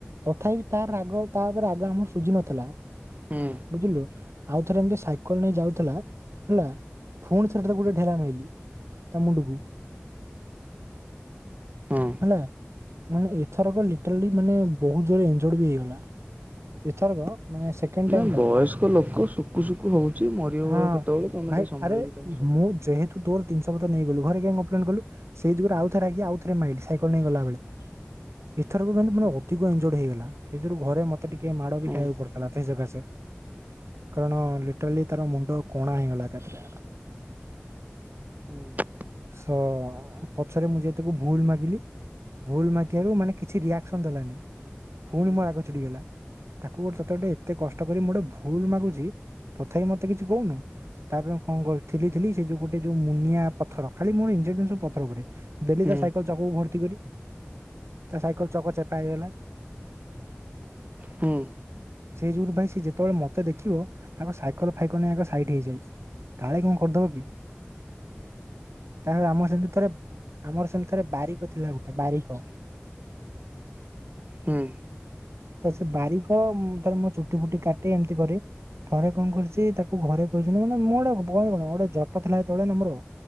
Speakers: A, on the right; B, on the right.
A: ତଥାପି ତାର ରାଗ ତା ଉପରେ ରାଗ ଆମର ସୁଜି ନଥିଲା।
B: ହୁଁ
A: ବୁଝିଲୁ ଆଉ ଥରେ ଏମିତି ସାଇକେଲ ନେଇ ଯାଉଥିଲା ହେଲା। ଫୁଣି ଥରେ ତାକୁ ଗୋଟେ ଢେଲା ମାଇଲି ତା ମୁଣ୍ଡକୁ।
B: ହଁ।
A: ହେଲା ମାନେ ଏଥରକ ଲିଟରଲି ମାନେ ବହୁତ ଜୋରରେ ଏଞ୍ଜଡ଼ ବି ହେଇଗଲା। ଏଥରକ ମାନେ ସେଖେଣ୍ଡ
B: ନା
A: ଟାଇମଟା
B: ବୟସ୍କ ଲୋକ ଶୁଖୁ ଶୁଖୁ ହଉଚି ମରିବ
A: ହଁ
B: କେତେବେଳେ ତମେ
A: ଭାଇ
B: ଟିକେ ସମ୍ଭାଳିବ
A: ଆରେ
B: ତାଙ୍କ ସହ
A: ମୁଁ ଯେହେତୁ ତୋର ତିନିସହ ପତ୍ର ନେଇ ଗଲୁ ଘରେ କାଇଁକମ୍ପ୍ଲେନ କଲୁ। ସେଇ ଜୁଗୁରୁ ଆଉଥରେ
B: ହୁଁ
A: ରାଗିକି ଆଉଥରେ ମାଇଲି ସାଇକେଲ ନେଇ ଗଲା ବେଳେ। ଏଥର କ ମାନେ ମାନେ
B: ହଁ
A: ଅଧିକ ଏଞ୍ଜଡ ହେଇଗଲା। କିଥିରୁ ଘରେ ମତେ ଟିକେ ମାଡ ବି
B: ହଁ
A: ଖାଇବାକୁ ପଡିଥିଲା ସେଇ ସକାସେ। କାରଣ ଲିଟରେଲି ତାର ମୁଣ୍ଡ କଣା ହେଇଗଲା ଏକାଥେରେ।
B: ହୁଁ।
A: ସ ପଛରେ ମୁଁ ଯାଇ ତାକୁ ଭୁଲ ମାଗିଲି। ଭୁଲ ମାଗିବାରୁ ମାନେ କିଛି ରିଆକ୍ସନ ଦେଲାନି। ପୁଣି
B: ହୁଁ।
A: ମୋ ରାଗ ଚିଡି ଗଲା ତାକୁ ଗୋଟେ ତତେ ଗୋଟେ ଏତେ କଷ୍ଟ ଟକରି ମୁଁ ଗୋଟେ ଭୁଲ ମାଗୁଚି ତଥାପି ମତେ କିଛି କହୁନୁ। ତାପରେ କଣ କରି ଥିଲି ଥିଲି ସେ ଯୋଉ ଗୋଟେ ଯୋଉ ମୁନିଆ ପଥର ଖାଲି ମୋର ଇଞଜେକ୍ନ ସବୁ ପଥର ଉପରେ। ଦେଲି
B: ହୁଁ
A: ତା ସାଇକେଲ ଚକକୁ ଭର୍ତ୍ତି କରି। ତା ସାଇକେଲ ଚକ ଚେପା ହେଇଗଲା।
B: ହୁଁ
A: ସେଇ ଯୋଗୁରୁ ବାଇ ଯେତେବେଳେ ମତେ ଦେଖିବ ଆଗ ସାଇକଲ ଫାଇକଲ ନେଇକି ଆଗ ସାଇଡ ହେଇଯାଇ। କାଳେ କଣ କରିଦବ କି। ତାପରେ ଆମର ସେମିତି ଥରେ ଆମର ସେମତି ଥରେ ବାରିକ ଥିଲା ଗୋଟେ ବାରିକ।
B: ହୁଁ।
A: ତ ସେ ବାରିକ ମୁଁ ଥରେ ମୋ ଚୁଟି ଫୁଟି କାଟି ଏମିତି କରେ। ଥରେ କଣ କରୁଚି ତାକୁ ଘରେ କହିଚନ୍ତି ମାନେ ମୁଁ ଗୋଟେ <unintelligible> ଗୋଟେ ଜଟ ଥା ସେତେବେଳେ ହେଲେ ମୋର।